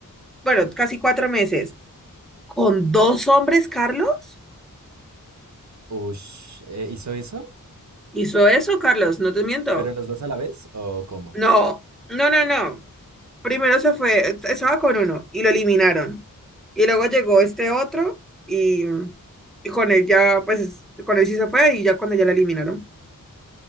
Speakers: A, in the centre; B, on the right.
A: bueno, casi cuatro meses, con dos hombres, Carlos,
B: Ush, eh, ¿hizo eso?
A: hizo eso, Carlos, no te miento.
B: ¿Pero los dos a la vez? ¿O cómo?
A: No, no, no, no. Primero se fue, estaba con uno y lo eliminaron. Y luego llegó este otro y, y con él ya, pues, con él sí se fue y ya cuando ya la eliminaron.